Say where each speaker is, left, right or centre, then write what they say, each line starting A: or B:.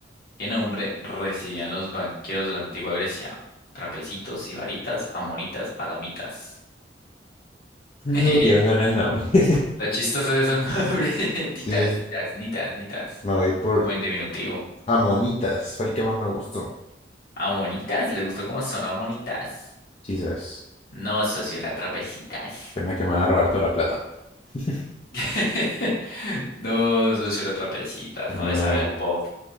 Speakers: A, on the left; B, on the left.
A: qué nombre recibían los banqueros de la antigua Grecia? Trapecitos, sibaritas, amonitas, adamitas. <laughs>
B: No
A: Está
B: quiero sonar nombres. <laughs>
A: chistoso de esos nombres. <laughs> Titas,
B: Sí,
A: titas, nitas, nitas.
B: me voy por
A: Como en diminutivo.
B: Amonitas, fue el que más me gustó.
A: Amonitas, ¿le gustó cómo sonó amonitas?
B: Jesus.
A: No, socio, era trapecitas.
B: pena que me van a robar toda la plata. <laughs>
A: <laughs> No, socio, era trapecitas. No
B: No,
A: le sabe el pop.